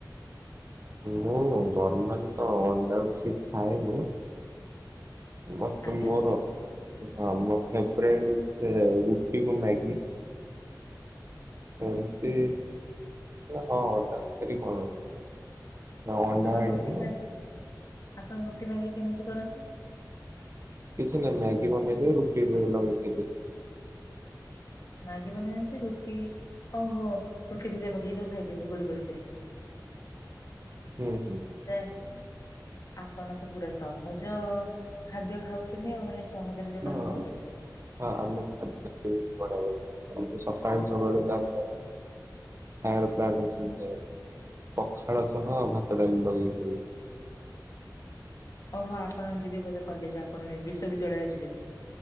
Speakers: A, on the right (about 40°); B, on the left (about 50°).
A: ମୁଁ ନର୍ମାଲ ତ ଅଣ୍ଡା ବେଶି ଖାଏନି। ମୋତେ
B: ଆଜ୍ଞା।
A: ମୋର ହଁ ମୋର ଫେଭୋରେଟ ହଉଛି ରୁଟି କୁ ମ୍ୟାଗି। ଏମିତି ହଁ ଅଣ୍ଡା କରି କଣ ଅଛି? ନା ଅଣ୍ଡା
B: ଆପଣ
A: ଆଣିବ
B: ରୁଟି
A: ହଁ
B: ମ୍ୟାଗି ଆପଣ ରୁଟି ମ୍ୟାଗି କେମିତି କରନ୍ତି?
A: କିଛି ନାଇଁ ମ୍ୟାଗି ବନେଇଦେବି ରୁଟି ଲଗେଇ‌ ଖାଇଦେବେ।
B: ମ୍ୟାଗି ବନେଇ ଦିଅନ୍ତି ରୁଟି ଓହୋ ରୁଟି ଭିତରେ ପକେଇ ଖାଇଦିଅନ୍ତି ଗୋଲ ଗୋଲ କରିକି।
A: ହୁଁ ହୁଁ।
B: ସେଇଆ ଆପଣ ତ ପୁରା ସହଜ ଖାଦ୍ୟ ଖାଉଛନ୍ତି ଆଉ ମାନେ ସହଜରେ ଯୋଉଟା
A: ହଁ
B: ହବ ଆଉ,
A: ହଁ ଆମ ବହୁ <unintelligible> ବଢିଆ ବଢୁ ସକାଳୁ ସକାଳୁ ତ ଆମେ ଆଉ ଗୋଟେ ପ୍ଲାନ୍ ଅଛି ଯେ ପଖାଳ ସହ ଭାତ ଡାଲି ଲଗେଇ ଖାଇବି।
B: ଓହୋ ଆପଣ ଯିବେ ବୋଧେ କଲେଜ ଆପଣ ବିଶ୍ୱବିଦ୍ୟାଳୟ ଯିବେ?